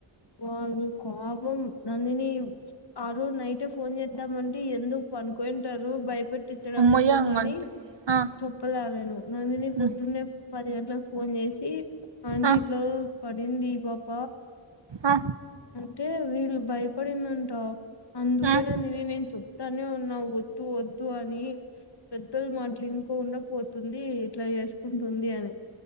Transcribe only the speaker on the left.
వాళ్ళు పాపం నందిని ఆ రోజు నైటే ఫోన్ చేద్దామంటే ఎందుకు పనుకొంటారు భయపెట్టి పెట్టించడం
ఎందుకు అని
చెప్పలా నేను నందిని
పొద్దున్నే పది గంటలకు ఫోన్ చేసి ఆంటీ
ఇట్లా పడింది ఈ పాప
అంటే వీళ్ళు భయపడిందంట అందుకే
నందిని నేను చెప్ తనే ఉన్నావ్ వద్దు వద్దు అని పెద్దలు మాట్లు ఇంకొండా పోతుంది ఇట్లా చేసుకుంటుంది అని